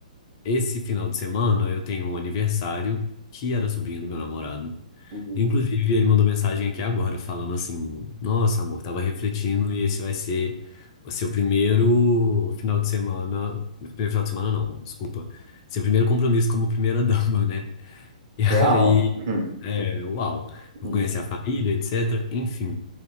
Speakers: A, on the left (about 40°); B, on the right (about 40°).
A: esse final de semana eu tenho um aniversário que era sobrinho do meu namorado.
B: Uhum.
A: Inclusive, ele mandou mensagem aqui agora falando assim: Nossa, amor, tava refletindo e esse vai ser o seu primeiro final de semana. Primeiro final de semana, não, desculpa. Seu primeiro compromisso como primeira <laughs> dama, né? E
B: Real?
A: aí.
B: Hum,
A: É, uau. Vou
B: hum.
A: conhecer a família, etc. Enfim,